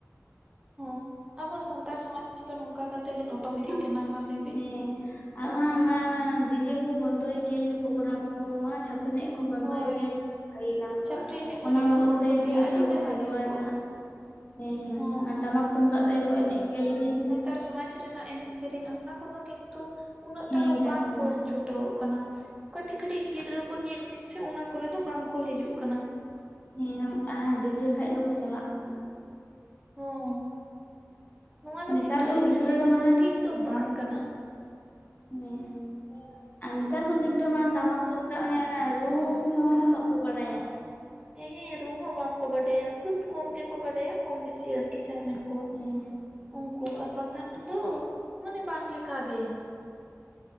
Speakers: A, on the right; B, on the left.
A: ᱦᱟᱸ ᱟᱵᱚ ᱥᱟᱱᱛᱟᱲ ᱥᱚᱢᱟᱡᱽ ᱱᱚᱝᱠᱟ ᱠᱟᱛᱮ ᱜᱮ ᱞᱚᱴᱚᱢ ᱤᱫᱤᱜ ᱠᱟᱱᱟ ᱢᱟ ᱞᱟᱹᱭ
B: ᱦᱮᱸ ᱟᱨ ᱚᱱᱟ ᱰᱤᱡᱮ ᱠᱚ ᱵᱚᱱᱫᱚᱭ ᱜᱮᱭᱟ ᱡᱩᱫᱤ ᱯᱨᱳᱜᱨᱟᱢ ᱠᱚ ᱪᱷᱟᱯᱱᱤ ᱮᱱᱮᱡ ᱠᱚ ᱵᱚᱱᱫᱚᱭ
A: ᱦᱳᱭ
B: ᱠᱮᱭᱟ ᱵᱷᱟᱹᱜᱮ ᱜᱟᱱᱚᱜ-ᱟ
A: ᱪᱷᱟᱹᱯᱨᱤ ᱮᱱᱮᱡ
B: ᱾
A: ᱠᱚ
B: ᱚᱱᱟ
A: ᱡᱩᱫᱤ
B: ᱵᱚᱫᱚᱞ
A: ᱠᱚ ᱵᱚᱱᱫᱚ
B: ᱛᱮ ᱡᱩᱫᱤ
A: ᱠᱮᱭᱟ ᱟᱹᱰᱤ
B: ᱟᱵᱚ
A: ᱜᱮ
B: ᱥᱮᱨᱣᱟ
A: ᱵᱷᱟᱹᱜᱤ ᱠᱚᱜᱼᱟ
B: ᱨᱮᱱᱟᱜ ᱦᱮᱸ ᱦᱮᱸ
A: ᱦᱚᱸ
B: ᱟᱨ ᱴᱟᱢᱟᱠ ᱛᱩᱢᱫᱟᱜ ᱛᱮᱜᱮ ᱠᱚ ᱮᱱᱮᱡ ᱠᱮᱭᱟ ᱡᱩᱫᱤ ᱾
A: ᱟᱨ ᱥᱚᱢᱟᱡᱽ ᱨᱮᱱᱟᱜ ᱮᱱᱮᱡ ᱥᱮᱨᱮᱧ ᱚᱱᱟ ᱠᱚᱫᱚ ᱠᱤᱱᱛᱩ ᱩᱱᱟᱹᱜ
B: ᱦᱮᱸ
A: ᱴᱟ ᱫᱚ
B: ᱜᱟᱱ
A: ᱵᱟᱝ ᱠᱚ
B: ᱵᱷᱟᱭ
A: ᱪᱷᱩᱴᱟᱹᱣ ᱠᱟᱱᱟ ᱠᱟᱹᱴᱤᱡ ᱠᱟᱹᱴᱤᱡ ᱜᱤᱫᱽᱨᱟᱹ ᱠᱚ ᱧᱮᱞ ᱵᱤᱱ ᱥᱮ ᱚᱱᱟ ᱠᱚᱨᱮ ᱫᱚ ᱵᱟᱝ ᱠᱚ ᱦᱤᱡᱩᱜ ᱠᱟᱱᱟ ᱾
B: ᱦᱮᱸ ᱟ ᱰᱤᱡᱮ ᱠᱷᱟᱡ ᱫᱚᱠᱚ ᱪᱟᱞᱟᱜ ᱠᱟᱱᱟ ᱾
A: ᱦᱚᱸ ᱾ ᱱᱚᱣᱟ ᱫᱚ
B: ᱱᱮᱛᱟᱨ
A: ᱠᱤᱱᱛᱩ
B: ᱠᱚ
A: ᱟᱞᱤᱧᱟᱜ
B: ᱜᱤᱫᱽᱨᱟᱹ
A: ᱞᱮᱭ
B: ᱫᱚ
A: ᱛᱮᱫᱚ
B: ᱢᱟᱱᱮ
A: ᱴᱷᱤᱠ ᱫᱚ ᱵᱟᱝ ᱠᱟᱱᱟ ᱾
B: ᱦᱮᱸ ᱾ ᱟᱨ ᱱᱮᱛᱟᱨ ᱠᱚ ᱜᱤᱫᱽᱨᱟᱹ ᱢᱟ ᱴᱟᱢᱟᱠ ᱛᱩᱢᱫᱟᱜ ᱚᱱᱮᱱᱟ ᱨᱩ ᱦᱚᱸ ᱵᱟᱠᱚ ᱵᱟᱲᱟᱭᱟ ᱾
A: ᱦᱮᱸ ᱦᱮᱸ ᱨᱩ ᱦᱚᱸ ᱵᱟᱝᱠᱚ ᱵᱟᱰᱟᱭᱟ ᱠᱷᱩᱵ ᱠᱚᱢ ᱜᱮᱠᱚ ᱵᱟᱰᱟᱭᱟ ᱠᱚᱢ ᱵᱤᱥᱤ ᱟᱨᱠᱤ ᱡᱟᱦᱟᱸ ᱢᱮ ᱠᱚ
B: ᱦᱮᱸ
A: ᱚᱝᱠᱳ ᱟᱨ ᱵᱟᱠᱷᱟᱱ ᱫᱚ ᱢᱟᱱᱮ ᱵᱟᱝ ᱞᱮᱠᱟᱜ ᱜᱮ ᱾